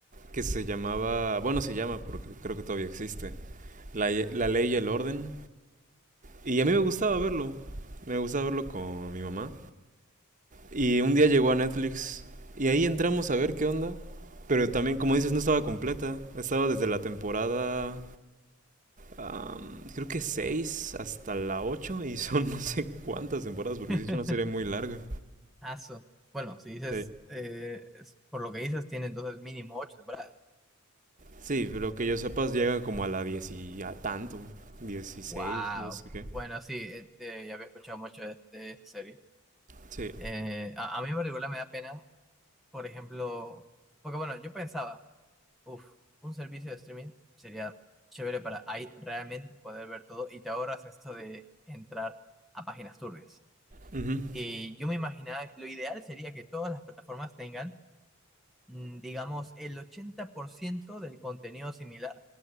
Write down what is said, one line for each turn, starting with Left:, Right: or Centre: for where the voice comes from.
Right: que se llamaba. Bueno, se llama porque creo que todavía existe. La, Ye- la Ley y el Orden. Y a mí me gustaba verlo. Me gustaba verlo con mi mamá. Y un día llegó a Netflix. Y ahí entramos a ver qué onda. Pero también, como dices, no estaba completa. Estaba desde la temporada. am, creo que 6 hasta la ocho Y son <laughs> no sé cuántas temporadas. Porque
Centre: <laughs>
Right: sí es una serie muy larga.
Centre: Aso. Bueno, si dices,
Right: Sí,
Centre: eh, es- por lo que dices, tiene entonces mínimo ocho temporadas.
Right: sí pero que yo sepas, llega como a la 10 y a tanto. dieciséis
Centre: ¡Wow!
Right: no sé qué.
Centre: Bueno, sí, eh, eh, ya había escuchado mucho de, de esa serie.
Right: Sí.
Centre: Eh, a, a mí en particular me da pena, por ejemplo, porque bueno, yo pensaba, uff, un servicio de streaming sería chévere para ahí realmente poder ver todo y te ahorras esto de entrar a páginas turbias.
Right: Ujú,
Centre: Y yo me imaginaba que lo ideal sería que todas las plataformas tengan, mm, digamos, el 80% del contenido similar